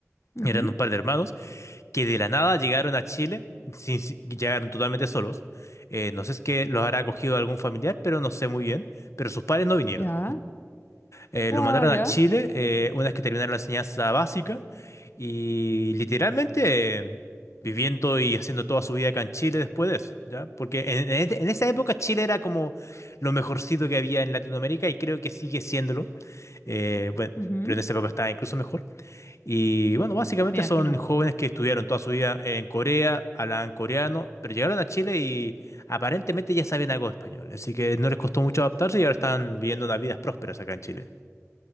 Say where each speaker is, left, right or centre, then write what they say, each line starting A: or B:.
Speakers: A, on the left; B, on the left.
A: Ujú,
B: eran un par de hermanos que de la nada llegaron a Chile, sin, sin- llegaron totalmente solos. Eh, no sé si es que los habrá acogido algún familiar, pero no sé muy bien. Pero sus padres no vinieron,
A: Ya.
B: eh,
A: Guau,
B: los mandaron
A: ya.
B: a Chile eh, una vez que terminaron la enseñanza básica y literalmente eh, viviendo y haciendo toda su vida acá en Chile después de eso, ¿ya? Porque en, en- este, en esa época Chile era como lo mejorcito que había en Latinoamérica y creo que sigue siéndolo, eh, bueno,
A: Ujú,
B: pero en esa época estaba incluso mejor. Y bueno, básicamente
A: Me imagino.
B: son jóvenes que estudiaron toda su vida en Corea, hablaban coreano, pero llegaron a Chile y aparentemente ya saben algo de español, así que no les costó mucho adaptarse y ahora están viviendo unas vidas prósperas acá en Chile.